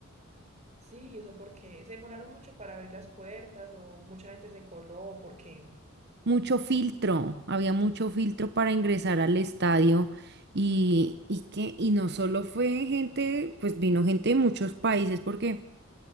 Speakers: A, on the right; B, on the right.
A: Sí, ¿y eso porque se demoraron mucho para abrir las puertas o mucha gente se coló o porque,
B: Mucho filtro, había mucho filtro para ingresar al estadio y, y que, y no solo fue gente, pues vino gente de muchos países porque...